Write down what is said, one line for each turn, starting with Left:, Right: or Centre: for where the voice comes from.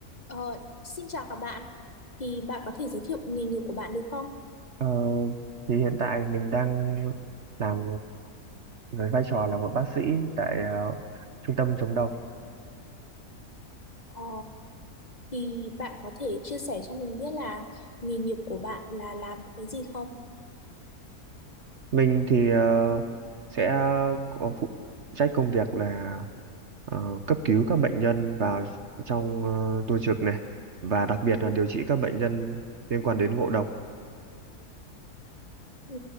Left: Ờ, xin chào bạn, thì bạn có thể giới thiệu nghề nghiệp của bạn được không?
Right: Ờ, thì hiện tại mình đang làm với vai trò là một bác sĩ tại ờ, trung tâm chống độc.
Left: Ờ, thì bạn có thể chia sẻ cho mình biết là nghề nghiệp của bạn là làm những cái gì không?
Right: Mình thì ờ, sẽ có phụ trách công việc là ờ, cấp cứu các bệnh nhân vào trong ờ, tua trực này và đặc biệt là điều trị các bệnh nhân liên quan đến ngộ độc.
Left: Ừ.